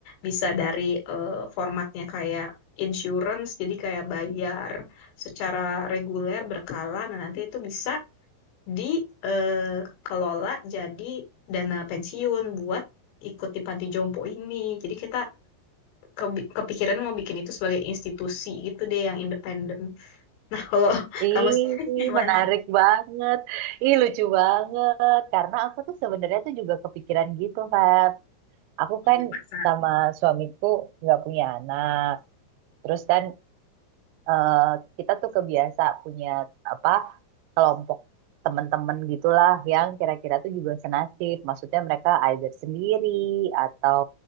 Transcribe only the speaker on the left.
bisa dari eh, formatnya kayak insurance, jadi kayak bayar secara reguler, berkala. Nah, nanti itu bisa dikelola jadi dana pensiun buat ikut di panti jompo ini. Jadi kita kebi- kepikiran mau bikin itu sebagai institusi gitu deh yang independen. Nah, kalau <laughs>
kamu sendiri gimana?
Mungkin
masa.